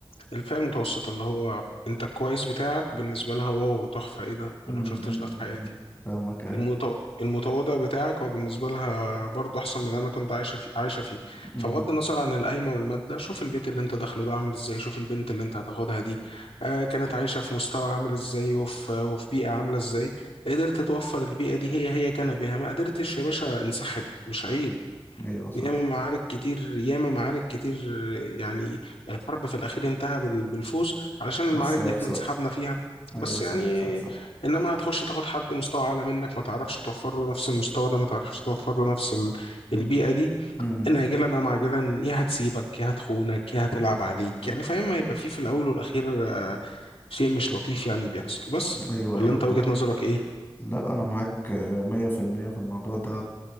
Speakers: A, on the left; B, on the left.
A: الفئة المتوسطة اللي هو انت الكويس بتاعك بالنسبة لها واو تحفة ايه ده
B: مم.
A: انا مشفتش
B: مم.
A: ده في حياتي
B: مم. فاهمك ايوه
A: المتو... المتواضع بتاعك هو بالنسبة لها برضه أحسن من اللي أنا كنت عايشة فيه عايشة فيه
B: مم.
A: فبغض النظر عن القايمة والمادة شوف البيت اللي أنت داخله ده عامل إزاي شوف البنت اللي أنت هتاخدها دي آه كانت عايشة في مستوى عامل إزاي وفي وفي بيئة عاملة إزاي قدرت توفر البيئة دي هي هي كان بها ما قدرتش يا باشا انسحب مش عيب
B: ايوه صح
A: ياما معارك كتير ياما معارك كتير يعني الحرب في الأخير انتهى بال- بالفوز علشان
B: بس
A: المعارك
B: هيخسر
A: دي احنا انسحبنا فيها
B: ايوه
A: بس
B: صح
A: يعني
B: صح صح
A: انما هتخش تاخد حد مستوى اعلى منك ما تعرفش توفر له نفس المستوى ده ما تعرفش توفر له نفس ال- البيئة دي
B: مم.
A: ان اجلا ام عاجلا يا هتسيبك يا هتخونك يا هتلعب عليك يعني فاهم هيبقى فيه في الاول والاخير آه، شيء مش لطيف يعني بيحصل بس
B: ايوه
A: ولا
B: ايوه
A: انت
B: فاهم
A: وجهة نظرك ايه
B: لا انا معاك مية في المية في الموضوع ده